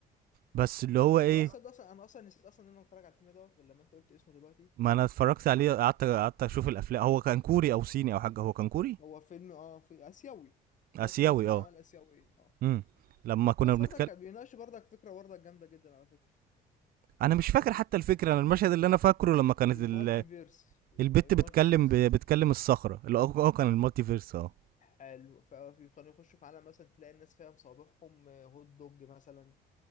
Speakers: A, on the right; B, on the left.
A: بس اللي هو ايه
B: انا اصلا ده اصلا انا اصلا نسيت اصلا ان انا اتفرج على الفيلم دوت غير لما انت قلت اسمه دلوقتي
A: ما انا اتفرجت عليه قعدت قعدت اشوف الافلام هو كان كوري او صيني او حاجه هو كان كوري
B: هو فيلم اه في اسيوي
A: اسيوي
B: ياكل اسماء
A: اه
B: اعمال اسيويه اه
A: امم لما كنا
B: بس
A: بنتكلم
B: برضك كان بيناقش برضك فكره برضك جامده جدا على فكره
A: انا مش فاكر حتى الفكره انا المشهد اللي انا فاكره لما كانت
B: المالتي
A: ال...
B: فيرس المالتي
A: البت بتكلم
B: فيرس
A: ب... بتكلم الصخره اللي هو هو كان المالتي فيرس اه
B: قالوا فكانوا يخشوا في عالم مثلا تلاقي الناس فيها مصابيحهم آه، هوت دوج مثلا